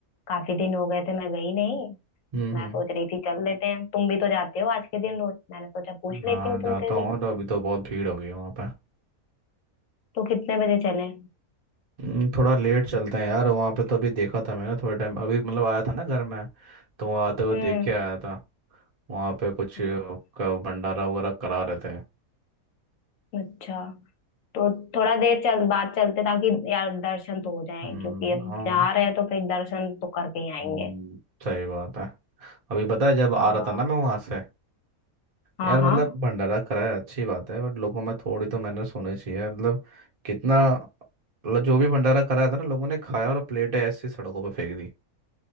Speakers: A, on the left (about 70°); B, on the right (about 35°).
A: काफी दिन हो गए थे मैं गई नहीं तो
B: हम्म
A: मैं
B: हम्म
A: सोच रही थी चल लेते हैं तुम भी तो जाते हो आज के दिन रोज मैंने सोचा पूछ लेती
B: हाँ
A: हूँ तुमसे
B: जाता हूँ
A: भी
B: तो अभी तो बहुत भीड़ हो गई है वहाँ पे
A: तो कितने बजे चलें
B: हम्म, थोड़ा लेट चलते हैं यार वहाँ पे तो अभी देखा था मैंने थोड़ा टाइम अभी मतलब आया था ना घर में तो वहाँ आते हुए
A: हम्म
B: देख के आया था वहाँ पे कुछ
A: हाँ,
B: का भंडारा वगैरह करा रहे थे
A: अच्छा तो थोड़ा देर चल बात चलते ताकि यार दर्शन तो हो जाएं
B: हम्म
A: क्योंकि अब
B: हाँ
A: जा रहे हैं तो फिर दर्शन तो करके ही आएंगे
B: हम्म सही बात है अभी पता है जब आ
A: हाँ
B: रहा था ना मैं वहाँ से
A: हाँ
B: यार
A: हाँ
B: मतलब भंडारा कराया अच्छी बात है बट लोगों में थोड़ी तो मैनर्स होने चाहिए मतलब कितना मतलब जो भी भंडारा कराया था ना लोगों ने खाया और प्लेटें ऐसी सड़कों पर फेंक दी